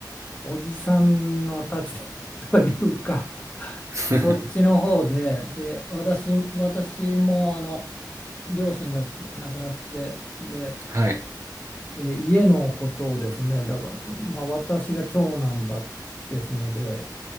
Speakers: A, on the left (about 20°); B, on the right (about 40°).
A: おじさんの立ちで <laughs> というか、
B: <laughs>
A: そっちの方で、で、私、私もあの両親が亡くなって、で、
B: はい
A: えー家のことをですね、だから、まあ、私が長男だですので、